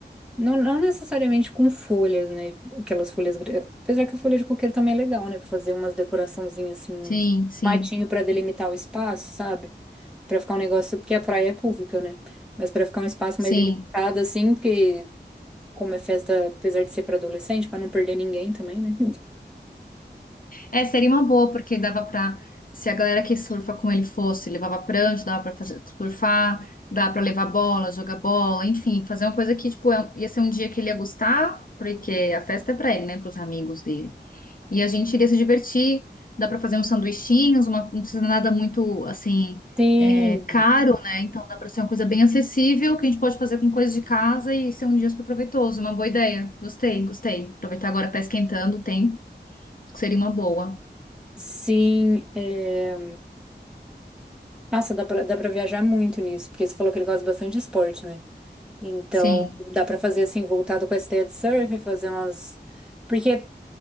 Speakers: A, in the centre; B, on the left.
A: Não, não necessariamente com folhas, né? Aquelas folhas. gra- Apesar que a folha de coqueiro também é legal, né? Pra Fazer umas decoraçãozinhas assim, uns
B: Sim, sim,
A: matinho pra delimitar o espaço, sabe? Pra ficar um negócio. Porque a praia é pública, né? Mas pra ficar um espaço
B: sim.
A: mais delimitado, assim, porque como é festa, apesar de ser pra adolescente, pra não perder ninguém também, né?
B: É, seria uma boa, porque dava pra. Se a galera que surfa com ele fosse, levava prancha, dava pra fazer, surfar, dava pra levar bola, jogar bola, enfim, fazer uma coisa que, tipo, é- um- ia ser um dia que ele ia gostar, porque a festa é pra ele, né, pros amigos dele. E a gente iria se divertir, dá pra fazer uns sanduichinhos, uma, não precisa nada muito, assim,
A: Tem,
B: é, caro, né? Então dá pra ser uma coisa bem acessível, que a gente pode fazer com coisas de casa e ser um dia super proveitoso, uma boa ideia. Gostei, gostei. Aproveitar agora que tá esquentando o tempo, que seria uma boa.
A: sim. é, Nossa, dá pra, dá pra viajar muito nisso, porque você falou que ele gosta bastante de esporte, né? Então,
B: Sim,
A: dá pra fazer assim, voltado com essa ideia de surf, fazer umas. Porque